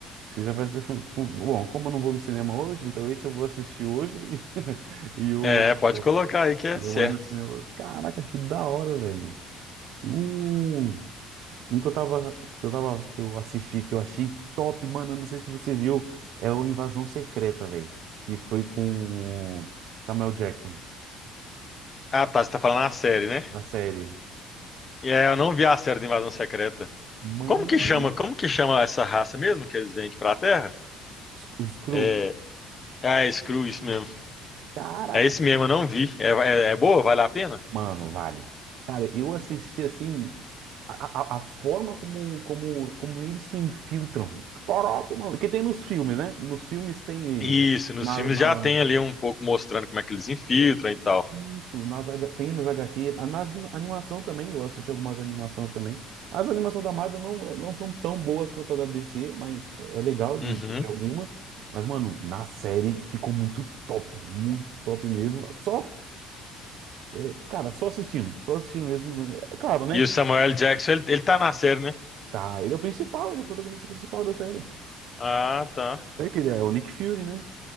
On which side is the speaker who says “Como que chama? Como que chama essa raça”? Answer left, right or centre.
Left